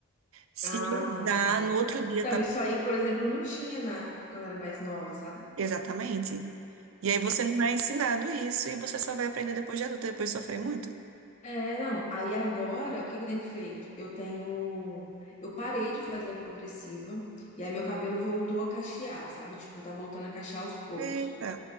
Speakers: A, on the right (about 70°); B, on the left (about 35°).
A: Se
B: Ah,
A: ele usar,
B: sim.
A: no outro dia
B: Então,
A: tá
B: isso aí, por exemplo, não tinha na, quando eu era mais nova, sabe?
A: Exatamente. E aí você não é ensinado isso e você só vai aprender depois de adulto, depois de sofrer muito.
B: É, não. Aí agora, o que que eu tenho feito? Eu tenho. Eu parei de fazer a progressiva, e aí meu cabelo voltou a cachear, sabe? Tipo, tá voltando a cachear aos poucos.
A: Eita,